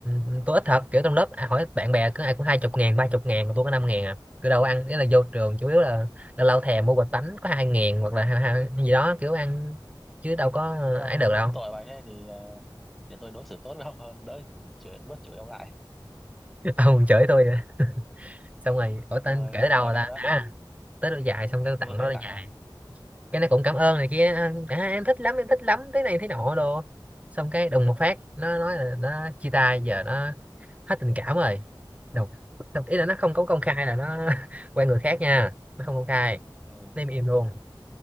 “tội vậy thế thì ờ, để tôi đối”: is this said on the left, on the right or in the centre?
Centre